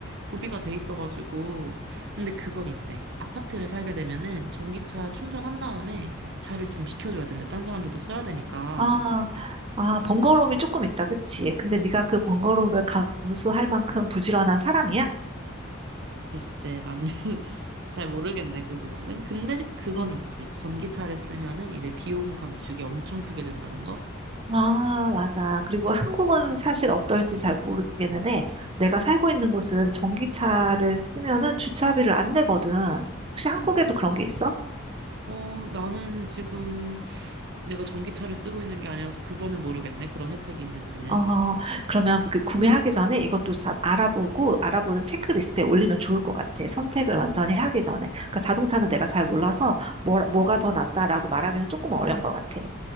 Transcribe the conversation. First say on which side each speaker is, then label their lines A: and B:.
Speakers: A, on the right; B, on the right.
A: 구비가 돼 있어가지고. 근데 그건 있대. 아파트를 살게 되면은 전기차 충전한 다음에 자리를 좀 비켜줘야 된대. 딴 사람들도 써야 되니까.
B: 아, 아, 번거로움이 조금 있다. 그치? 근데 네가 그 번거로움을 감수할 만큼 부지런한 사람이야?
A: 글쎄, 나는 <laughs> 잘 모르겠네, 그 부분은. 근데 그건
B: 응.
A: 있지. 전기차를 쓰면은 이제 비용 감축이 엄청 크게 된다는 거?
B: 아, 맞아. 그리고 한국은 사실 어떨지 잘 모르겠는데, 내가
A: 응
B: 살고 있는 곳은 전기차를 쓰면은 주차비를 안 내거든. 혹시 한국에도
A: 아, 그렇구나.
B: 그런 게 있어?
A: 어, 나는 지금 내가 전기차를 쓰고 있는 게 아니라서 그거는 모르겠네. 그런 혜택이 있는지는.
B: 어, 그러면 그 구매하기 전에 이것도 참 알아보고, 알아보는 체크리스트에 올리면 좋을 것 같아. 선택을 완전히 하기 전에. 그러니까 자동차는 내가 잘 몰라서, 뭐, 뭐가 더 낫다라고 말하기는 조금 어려운 것 같아.